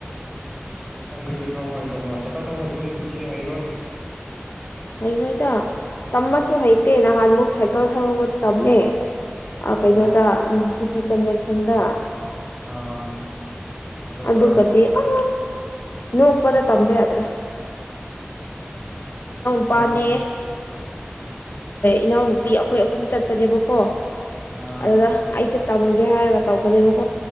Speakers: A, in the centre; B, on the left.
A: ꯅꯪ ꯀꯔꯤꯒꯤ ꯊꯧꯕ ꯍꯥꯏꯗꯕ꯭ꯔꯣ ꯁꯥꯏꯀꯜ ꯊꯧꯕ ꯍꯥꯏꯗꯗꯤ ꯏꯁꯀꯨꯇꯤꯗ ꯍꯩꯔꯔꯣꯏ
B: ꯍꯩꯔꯣꯏꯗ ꯇꯝꯃꯁꯨ ꯍꯩꯇꯦ ꯅꯍꯥꯟꯃꯨꯛ ꯁꯥꯏꯀꯜ ꯊꯒ ꯇꯝꯃꯦ
A: ꯑꯣ
B: ꯀꯩꯅꯣꯗ ꯁꯤꯇꯤ ꯀꯟꯚꯦꯟꯁꯟꯗ
A: ꯑꯥ ꯑꯗꯨꯒ
B: ꯑꯗꯨ ꯑꯗꯨ ꯀꯗꯤ ꯑ ꯅꯅꯨꯡ ꯎꯄꯗ ꯇꯝꯕꯦ ꯍꯥꯏ꯭ꯔꯦ ꯅꯨꯕꯥꯅꯦ
A: ꯑ
B: ꯏꯅꯥꯎꯅꯨꯄꯤ ꯑꯩꯈꯣꯏ ꯑꯍꯨꯝ ꯆꯠꯄꯅꯦꯕꯀꯣ
A: ꯑꯥ
B: ꯑꯗꯨꯗ ꯑꯩꯁꯦ ꯇꯝꯒꯦ ꯍꯥꯏꯔꯒ ꯇꯧꯕꯅꯦꯕꯀꯣ